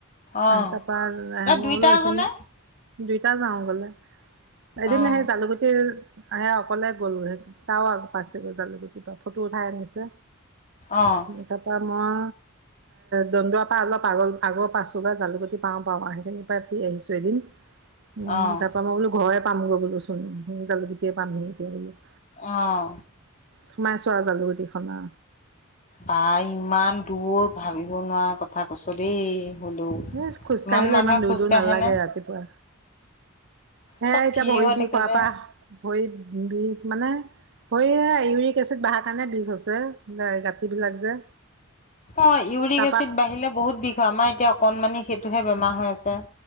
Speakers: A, on the left (about 35°); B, on the right (about 60°).
A: অ'।
B: তাৰপা আঃ
A: ন
B: মই
A: দুইটা
B: বোলো এইখিনি
A: আহনে?
B: দুইটা যাওঁ বলা এদিন
A: অ',
B: সেই জালুকুটি আহে, অকলে গলো হেতেন, তাৱা, পাছে বজালৈকে কিবা ফটো উঠাই আনিছে
A: অ',
B: তাৰপৰা মই, দন্দুৱাৰ পা অলপ আগৰ- আগৰ পাছোঁ বা জালুকুি পাওঁ -পাওঁ সেইখিনি পৰাই ফুৰি আহিছোঁ এদিন। উম,
A: অ',
B: তাৰ পৰা মই বোলো ঘৰে পামগৈ বোলো। জালুগুটিয়ে পাম গে এতিয়া বোলো, -
A: অহ,
B: সোমাইছোঁ আৰু জালুগুটি খানা।
A: বা ইমান দূৰ, ভাবিব নোৱাৰা কথা কৈছ দেই। হ'লেও।
B: এ খোজকাঢ়িলে
A: মানুহে
B: ইমান দূৰ
A: খোজকাঢ়েনে
B: দূৰ নালাগে ৰাতিপুৱা। হে
A: চব
B: এতিয়া
A: ফ্ৰী
B: ভৰি
A: হৈ
B: বিষ
A: থাকে
B: হোৱাৰ
A: যে।
B: পৰা, ভৰি বিষ মানে ভৰি সে ইউৰিক এচিড বহাৰ কাৰণে বিষ হৈছে। যে, গাঁঠি বিলাক যে।
A: অ' ইউৰিক
B: তাৰপা
A: এচিড বাঢ়িলে বহুত বিষ হয়। আমাৰ এতিয়া অকনমানি সেইটোহে বেমাৰ হৈ আছে।